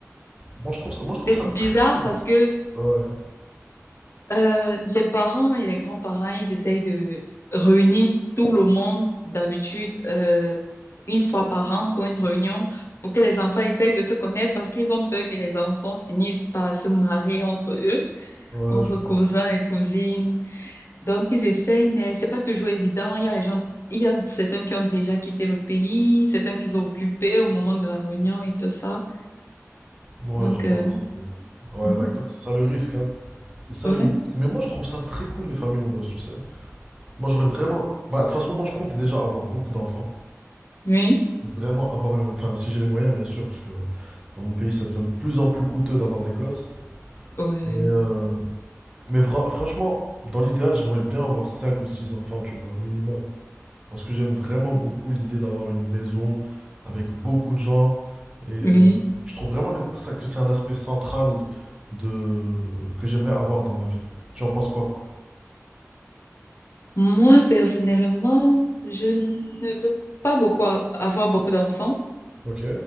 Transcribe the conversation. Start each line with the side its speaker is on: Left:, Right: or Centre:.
Right: Moi je trouve ça, moi je trouve
Left: c'est
Right: ça
Left: bizarre
Right: très...
Left: parce que
Right: Ouais,
Left: Euh, les parents et les grands-parents, ils essayent de réunir tout le monde d'habitude euh, une fois par an pour une réunion pour que les enfants essayent de se connaître parce qu'ils ont peur que les enfants finissent par se marier entre eux,
Right: ouais,
Left: entre
Right: je,
Left: cousins et cousines. Donc ils essayent, mais c'est pas toujours évident. Il y a les gens, il y a certains qui ont déjà quitté le pays, certains qui sont occupés au moment de la réunion et tout ça.
Right: ouais,
Left: Donc
Right: je vois,
Left: euh,
Right: c'est- Ouais,
Left: mhm.
Right: bah écoute, c'est ça le risque, hein. C'est ça
Left: ouais,
Right: le risque. Mais moi je trouve ça très cool les familles nombreuses, tu sais. Moi j'aurais vraiment... Bah de toute façon, moi je compte déjà avoir beaucoup d'enfants.
Left: oui,
Right: Je veux Vraiment avoir... une- Enfin, si j'ai les moyens, bien sûr, parce que dans mon pays ça devient de plus en plus coûteux d'avoir des gosses.
Left: ouais,
Right: Et, euh, Mais vra- franchement, dans l'idéal, j'aimerais bien avoir 5 ou 6 enfants, tu vois, minimum. Parce que j'aime vraiment beaucoup l'idée d'avoir une maison avec beaucoup de gens. Et euh,
Left: oui.
Right: Mhm. je trouve vraiment que ça, que c'est un aspect central de, que j'aimerais avoir dans ma vie. Tu en penses quoi?
Left: Moi, personnellement, je ne veux pas beaucoup a- avoir beaucoup d'enfants.
Right: Ok.